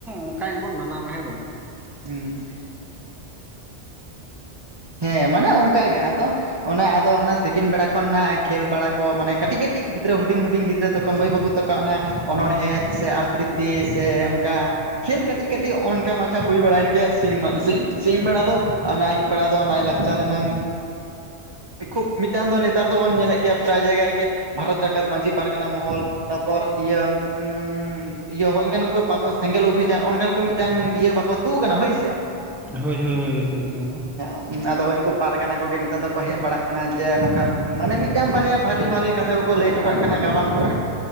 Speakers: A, in the centre; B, on the right (about 25°).
A: ᱚᱝᱠᱟ ᱜᱮᱵᱚᱱ ᱢᱟᱱᱟᱣᱟ ᱦᱮᱸ ᱵᱟᱝ ᱾
B: ᱦᱩᱸ ᱾ ᱦᱮᱸ ᱢᱟᱱᱮ ᱚᱝᱠᱟ ᱜᱮ ᱟᱫᱚ, ᱚᱱᱮ ᱟᱫᱚ ᱚᱱᱟ ᱛᱤᱠᱤᱱ ᱵᱮᱲᱟ ᱠᱷᱚᱱ ᱱᱟᱜ ᱠᱷᱮᱹᱞ ᱵᱟᱲᱟ ᱠᱚ ᱢᱟᱱᱮ ᱠᱟᱹᱴᱤᱡ ᱠᱟᱹᱴᱤᱡ ᱜᱤᱫᱽᱨᱟᱹ ᱦᱩᱰᱤᱧ ᱦᱩᱰᱤᱧ ᱜᱤᱫᱽᱨᱟᱹ ᱛᱟᱠᱚ ᱢᱟᱹᱭ ᱵᱟᱹᱵᱩ ᱛᱟᱠᱚ ᱚᱱᱟ ᱚᱱᱚᱬᱦᱮᱫ ᱥᱮ ᱟᱵᱨᱤᱛᱤ ᱥᱮ ᱚᱱᱠᱟ ᱠᱷᱮᱹᱞ ᱠᱟᱹᱴᱤᱡ ᱠᱟᱹᱴᱤᱡ ᱚᱱᱠᱟ ᱢᱟᱪᱷᱟ ᱦᱩᱭ ᱵᱟᱲᱟᱭᱮᱱ ᱜᱮᱭᱟ ᱥᱤᱧ ᱵᱮᱲᱟ ᱫᱚ ᱟᱨ ᱟᱭᱩᱵ ᱵᱮᱲᱟ ᱫᱚ ᱞᱟᱭᱼᱞᱟᱠᱪᱟᱨ ᱨᱮᱱᱟᱝ ᱠᱷᱩᱵᱷ ᱢᱤᱫᱴᱟᱝ ᱫᱚ ᱱᱮᱛᱟᱨ ᱫᱚᱵᱚᱱ ᱧᱮᱞᱮᱜ ᱜᱮᱭᱟ ᱯᱨᱟᱭ ᱡᱟᱭᱜᱟ ᱨᱮᱜᱮ ᱵᱷᱟᱨᱚᱛ ᱡᱟᱠᱟᱛ ᱢᱟᱺᱡᱷᱤ ᱯᱟᱨᱜᱟᱱᱟ ᱢᱚᱦᱚᱞ ᱛᱟᱯᱚᱨ ᱤᱭᱟᱹᱩᱸ-ᱧᱢ-ᱧᱢ ᱤᱭᱟᱹ ᱦᱚᱸᱜ-ᱱᱤᱝᱠᱟᱱ ᱠᱚᱠᱚ ᱵᱟᱠᱚ, ᱥᱮᱸᱜᱮᱞ ᱚᱵᱷᱤᱡᱟᱱ ᱚᱱᱠᱟᱱ ᱠᱚ ᱢᱤᱫᱴᱟᱝ ᱤᱭᱟᱹ ᱵᱟᱠᱚ ᱛᱩᱜ ᱠᱟᱱᱟ ᱦᱳᱭᱥᱮ ᱮᱸ-
A: ᱦᱳᱭ ᱦᱳᱭ ᱦᱳᱭ ᱦᱤᱛᱚᱜ ᱞᱮᱠᱟ ᱫᱚ
B: ᱩᱸ-ᱢ ᱟᱫᱚ ᱮᱝᱠᱩ ᱯᱟᱨᱜᱟᱱᱟ ᱠᱚᱜᱮ ᱱᱮᱛᱟᱨ ᱫᱚ ᱠᱚ ᱦᱮᱡ ᱵᱟᱲᱟᱜ ᱠᱟᱱᱟ ᱡᱮ ᱱᱚᱝᱠᱟ ᱢᱟᱱᱮ ᱢᱤᱫᱴᱟᱝ ᱵᱟᱨᱭᱟ ᱵᱷᱟᱞᱤ ᱵᱷᱟᱞᱤ ᱠᱟᱛᱷᱟ ᱠᱚᱠᱚ ᱞᱟᱹᱭ ᱦᱚᱴᱚ ᱠᱟᱜ ᱠᱟᱱᱟ ᱜᱟᱵᱟᱱ ᱦᱚᱴᱚᱠᱟᱜ